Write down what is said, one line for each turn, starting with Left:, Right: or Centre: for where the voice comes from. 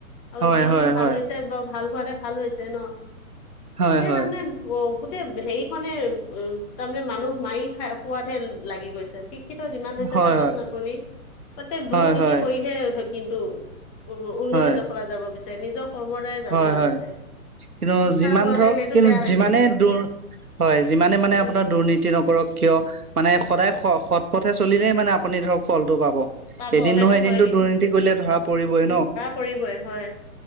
Left: আৰু
Right: হয়
Left: যিখিনি
Right: হয়
Left: ভাল
Right: হয়
Left: হৈছে বাৰ ভাল হোৱাতে ভাল হৈছে ন।
Right: হয়
Left: এতিয়া
Right: হয়।
Left: তাৰমানে অ গোটেই হেৰিখনে অ তাৰমানে মানুহ মাৰি খাই সোৱাদহে লাগি গৈছে। শিক্ষিত যিমান হৈছে
Right: হয়
Left: চাবচোন আপুনি প্ৰত্যেক
Right: হয়
Left: দুৰ্নীতি
Right: হয় হয়
Left: কৰিহে কিন্তু উ উন্নতি
Right: হয়
Left: জখলাত যাব বিচাৰে নিজৰ কৰ্ম দ্বাৰাই যাব
Right: হয়
Left: নিবিচাৰে।
Right: হয় কিন্তু
Left: শিক্ষা
Right: যিমান
Left: হোৱাটো
Right: ধৰক
Left: সেইটো
Right: কিন্তু
Left: বেয়া হৈছে
Right: যিমানে
Left: কিন্তু
Right: দৰ হয় যিমানে মানে
Left: উম,
Right: আপোনাৰ দুৰ্নীতি নক কৰক কিয় মানে সদায় সৎ পথে চলিলেই মানে আপুনি ধৰক ফলটো পাব।
Left: পাব
Right: এদিন
Left: সেইটো
Right: নহয় এদিনতো
Left: হয়
Right: দুৰ্নীতি কৰিলে ধৰা পৰিবই ন।
Left: কৰিবই হয়